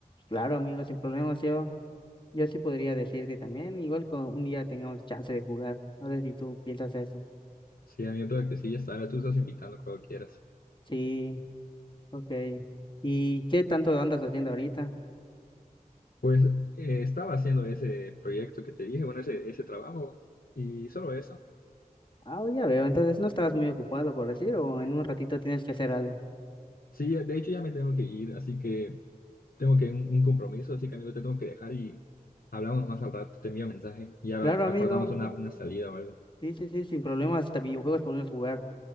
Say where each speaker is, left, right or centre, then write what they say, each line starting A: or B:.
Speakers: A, on the left (about 35°); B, on the left (about 80°).
A: Claro, amigo, sin problemas, yo, yo sí podría decirte también, igual con un día tengamos chance de jugar. No sé si tú piensas eso.
B: Sí, amigo, claro que sí, ya sabes, tú estás invitando cuando quieras.
A: Sí, ok. ¿Y qué tanto andas haciendo ahorita?
B: Pues eh, estaba haciendo ese proyecto que te dije, bueno, ese, ese trabajo y solo eso.
A: Ah, ya veo, entonces no estabas muy ocupado, por decir, o en un ratito tienes que hacer algo.
B: Sí, de hecho ya me tengo que ir, así que tengo que un, un compromiso, así que amigo, te tengo que dejar y hablamos más al rato, te envío mensaje, ya
A: Claro,
B: ac-
A: amigo.
B: acordamos una, una salida o algo.
A: Sí, sí, sí, sin problemas, hasta videojuegos podemos jugar.